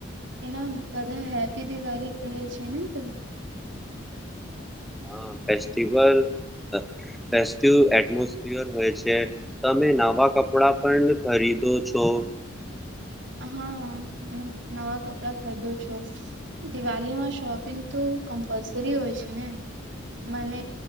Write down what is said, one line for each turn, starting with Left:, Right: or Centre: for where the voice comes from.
Right: એના બધા હેપ્પી દિવાલી કહે છે ને તો
Centre: હા. ફેસ્ટિવલ <unintelligible> હોય છે તમે નાવા કપડા પણ ખરીદો છો.
Right: હા, હું નવા કપડાં ખરીદુ છું. દિવાલીમાં શોપિંગ તો કમ્પલસરી હોય છે ને, મને